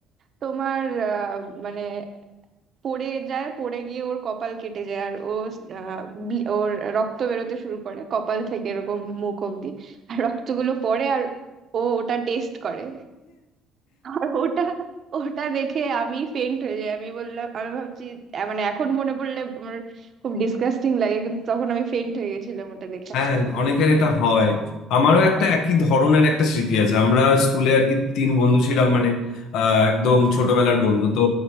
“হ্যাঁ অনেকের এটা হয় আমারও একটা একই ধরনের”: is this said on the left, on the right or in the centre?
Left